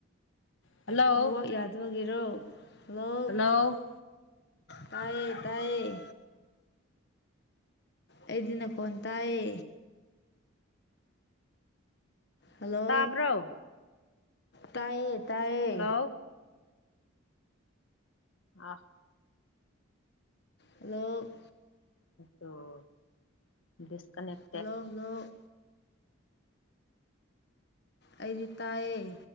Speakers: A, on the left (about 70°); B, on the left (about 50°).
A: ꯍꯜꯂꯣ
B: ꯅꯦꯋꯥꯛ ꯌꯥꯗꯕꯒꯤꯔꯣ ꯍꯂꯣ
A: ꯍꯜꯂꯣ
B: ꯇꯥꯌꯦ ꯇꯥꯏꯌꯦ ꯑꯩꯗꯤ ꯅꯈꯣꯟ ꯇꯥꯌꯦ ꯍꯜꯂꯣ
A: ꯇꯥꯕ꯭ꯔꯣ
B: ꯇꯥꯏꯌꯦ ꯇꯥꯏꯌꯦ
A: ꯍꯜꯂꯣ ꯑ
B: ꯍꯜꯂꯣꯛ
A: ꯇꯣ ꯗꯤꯁꯀꯅꯦꯛ
B: ꯍꯜꯂꯣ ꯍꯜꯂꯣ ꯑꯩꯗꯤ ꯇꯥꯏꯌꯦ